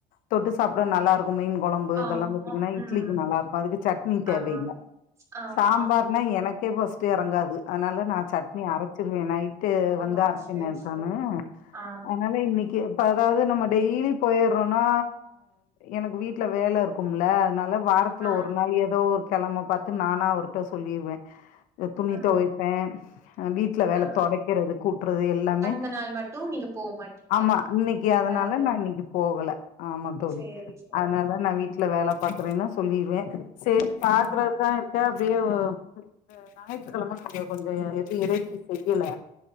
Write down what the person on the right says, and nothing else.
ஆமா
ம்
ஆ ஆமா
ஆ
சரி
சரி ஆ
ஆ
ஆ
ஆ
அந்த நாள் மட்டு நீங்க போ மாட்டீங்க
வேல இருக்கு
சேரி சேரி
ஆ